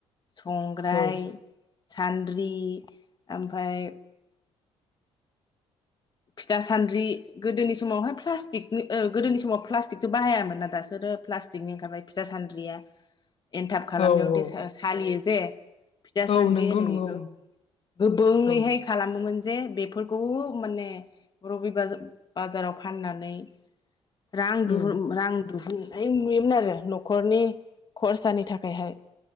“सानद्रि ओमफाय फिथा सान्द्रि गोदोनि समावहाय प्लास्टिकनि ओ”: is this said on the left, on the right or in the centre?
Left